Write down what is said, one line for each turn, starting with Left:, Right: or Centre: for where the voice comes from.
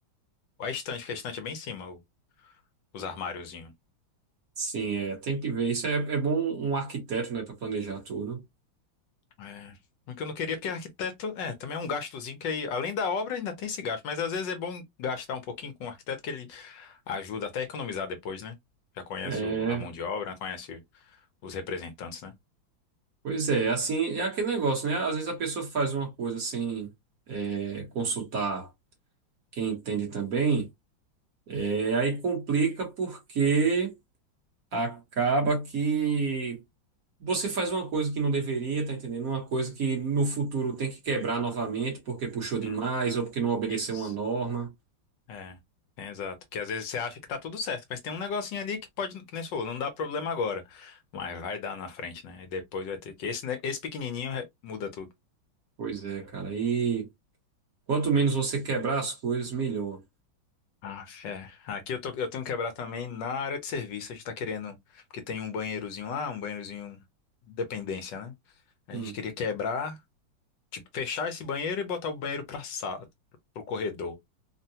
Left: a estante, porque a estante é bem em cima, o- os armáriozinhos.
Right: Sim, é, tem que ver. Isso é, é bom um arquiteto, né, para planejar tudo.
Left: É. O que eu não queria, porque arquiteto, é, também é um gastozinho que aí, além da obra, ainda tem esse gasto. Mas às vezes é bom gastar um pouquinho com o arquiteto, que ele Ajuda até a economizar depois, né? Já conhece
Right: É,
Left: o- a mão de obra, conhece os representantes, né?
Right: pois é, assim, é aquele negócio, né? Às vezes a pessoa faz uma coisa sem é, consultar quem entende também, é, aí complica porque acaba que. Você faz uma coisa que não deveria, tá entendendo? Uma coisa que no futuro tem que quebrar novamente porque puxou demais
Left: Hum,
Right: ou porque não obedeceu
Left: Isso.
Right: uma norma.
Left: É, é exato. Porque às vezes você acha que tá tudo certo, mas tem um negocinho ali que pode, que nem você falou, não dá problema agora, mas vai dar na frente, né? E depois vai ter que. Esse, ne- esse pequenininho re- muda tudo.
Right: Pois é, cara. E quanto menos você quebrar as coisas, melhor.
Left: Ah, fé. Aqui eu, tô, eu tenho que quebrar também na área de serviço. A gente tá querendo, porque tem um banheirozinho lá, um banheirozinho dependência, né? A
Right: Hum.
Left: gente queria quebrar, tipo, fechar esse banheiro e botar o banheiro pra sala, pro corredor.